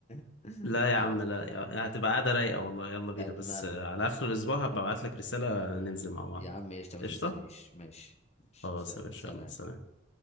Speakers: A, on the left; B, on the left.
A: <laughs>
B: لا يا
A: خلاص
B: عم لا يا- هتبقى قعدة رايقة والله يلا بينا
A: أتمنى
B: بس آه، على آخر الأسبوع هبقى أبعت لك رسالة ننزل مع بعض
A: يا عم ايش ما تنسانيش
B: قشطة؟
A: ماشي ماشي
B: خلاص
A: س-
B: يا باشا
A: سلام
B: يلا سلام